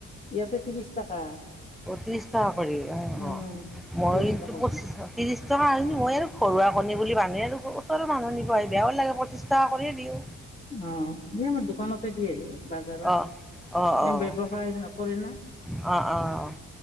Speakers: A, on the left; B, in the centre.
A: ইয়াতে ত্ৰিশ টকা
B: ত্ৰিশ টকা কৰি অ
A: উম
B: মইতো
A: ত্ৰিশ টকা
B: পঁচিছ ত্ৰিছ টকা আনি মই আৰু ঘৰুৱা কণী বুলি মানুহে আৰু ওচৰৰ মানুহ নিব আহে বেয়াও লাগে পঁচিছ টকা কৰিয়ে দিওঁ।
A: অ এই আমাৰ দোকানতে দিয়ে বাজাৰত
B: <unintelligible> অ' অ'
A: এ ব্যৱসায়
B: অ'
A: নকৰে না
B: অ' অ'।